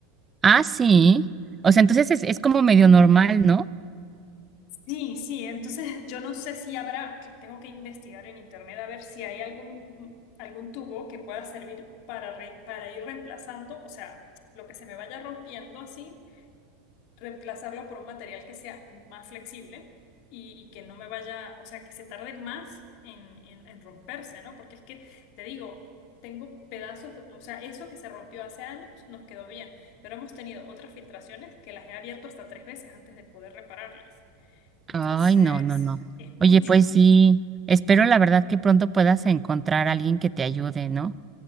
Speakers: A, on the right; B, on the left.
A: Ah, sí. O sea, entonces es, es como medio normal, ¿no?
B: Sí, sí, entonces yo no sé si habrá, que tengo que investigar en internet a ver si hay algún, algún tubo que pueda servir para, re- para ir reemplazando, o sea, lo que se me vaya rompiendo así reemplazarlo por un material que sea más flexible y, y que no me vaya, o sea, que se tarde más en, en, en romperse, ¿no? Porque es que, te digo, tengo pedazos, o sea, eso que se rompió hace años nos quedó bien, pero hemos tenido otras filtraciones que las he abierto hasta tres veces antes de poder repararlas. Entonces,
A: Ay, no, no, no.
B: es mucho.
A: Oye, pues sí, espero la verdad que pronto puedas encontrar a alguien que te ayude, ¿no?